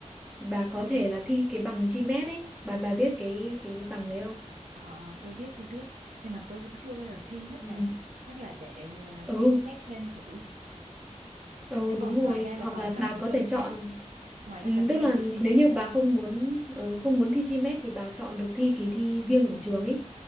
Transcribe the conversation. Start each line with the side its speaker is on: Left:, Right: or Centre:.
Centre: bà có thể là thi cái bằng GMAT ấy bà bà biết cái cái bằng đấy không
Right: Ờ, ờ, tôi biết tôi biết nhưng mà tôi cũng chưa bao giờ thi hết
Centre: ừ
Right: là chắc là để à,
Centre: ừ
Right: xem xét thêm thử
Centre: Ừ
Right: thế còn
Centre: đúng rồi
Right: ngoài ra là
Centre: hoặc
Right: còn
Centre: là
Right: cần
Centre: bà có
Right: thêm
Centre: thể chọn
Right: ngoài
Centre: ừ,
Right: ra cần
Centre: tức
Right: thêm
Centre: là
Right: cái gì
Centre: nếu
Right: nữa
Centre: như
Right: không bà
Centre: bà không muốn ừ, không muốn thi GMAT thì bà chọn được thi kỳ thi riêng của trường ấy